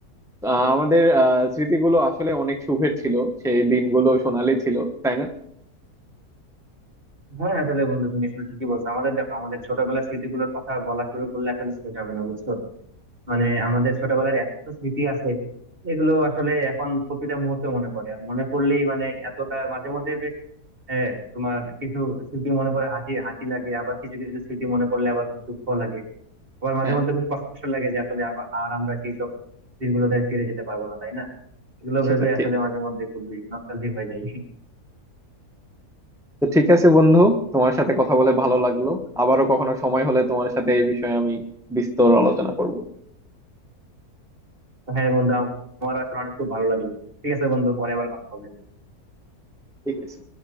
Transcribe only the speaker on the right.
হ্যাঁ আসলে বন্ধু তুমি আসলে ঠিকই বলছো আমাদের দেখো আমাদের ছোটবেলার স্মৃতিগুলোর কথা বলা শুরু করলে আসলে শেষ হবে না বুঝছো মানে আমাদের ছোটবেলার এত স্মৃতি আছে এগুলো আসলে এখন প্রতিটা মুহূর্তে মনে পড়ে আর মনে পড়লেই মানে এতটা মাঝে মধ্যে বেশ আহ, তোমার কিছু স্মৃতি মনে পড়ে হাসি হাসি লাগে আবার কিছু কিছু স্মৃতি মনে পড়লে আবার খুব দুঃখ লাগে আবার মাঝে
মধ্যে খুব কষ্ট লাগে যে আসলে আবার আর আমরা সেই সব দিনগুলোতে আর ফিরে যেতে পারবো না তাই না এগুলো
ভেবে
আসলে মাঝে মধ্যে খুবই নস্টালজিক হয়ে যায়
হ্যাঁ বন্ধু আমারও আসলে অনেক খুব ভালো লাগলো ঠিক আছে বন্ধু পরে আবার কথা হবে